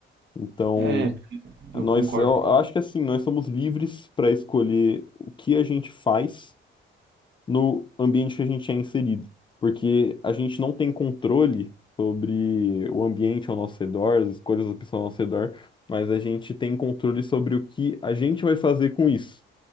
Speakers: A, on the left; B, on the right.
A: Então,
B: É,
A: nós,
B: eu concordo.
A: eu eu acho que assim, nós somos livres para escolher o que a gente faz no ambiente que a gente é inserido, porque a gente não tem controle sobre o ambiente ao nosso redor, as escolhas das pessoas ao nosso redor, mas a gente tem controle sobre o que a gente vai fazer com isso.